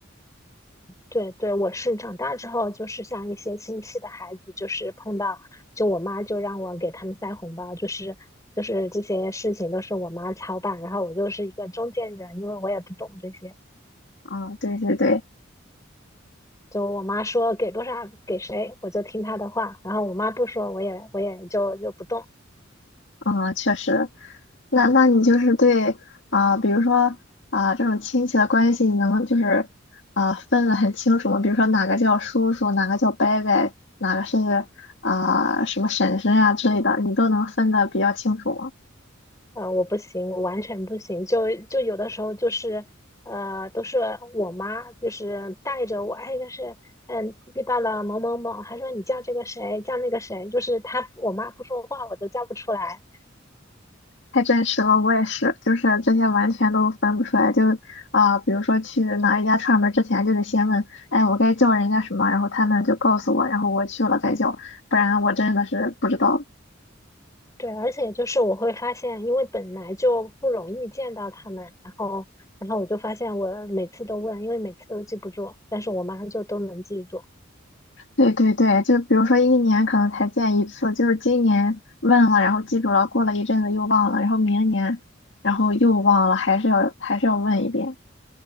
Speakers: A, on the left; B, on the left.
A: 对对，我是长大之后，就是像一些亲戚的孩子，就是碰到，就我妈就让我给他们塞红包，就是就是这些事情都是我妈操办，然后我就是一个中间人，因为我也不懂这些，
B: 嗯，对对对。
A: 就我妈说给多少给谁，我就听她的话，然后我妈不说，我也我也就就不动。
B: 嗯，确实，那那你就是对啊、比如说啊、这种亲戚的关系，你能就是啊、分的很清楚吗？比如说哪个叫叔叔，哪个叫伯伯，哪个是啊、什么婶婶呀、之类的，你都能分的比较清楚吗？
A: 呃，我不行，我完全不行。就就有的时候就是，呃，都是我妈就是带着我，哎，就是嗯，遇到了某某某，还说你叫这个谁，叫那个谁，就是她我妈不说话，我都叫不出来。
B: 太真实了，我也是，就是这些完全都分不出来。就啊、比如说去哪一家串门儿之前，就得先问，哎，我该叫人家什么，然后他们就告诉我，然后我去了再叫，不然我真的是不知道。
A: 对，而且就是我会发现，因为本来就不容易见到他们，然后然后我就发现我每次都问，因为每次都记不住，但是我妈就都能记住。
B: 对对对，就比如说一年可能才见一次，就是今年问了，然后记住了，过了一阵子又忘了，然后明年，然后又忘了，还是要还是要问一遍。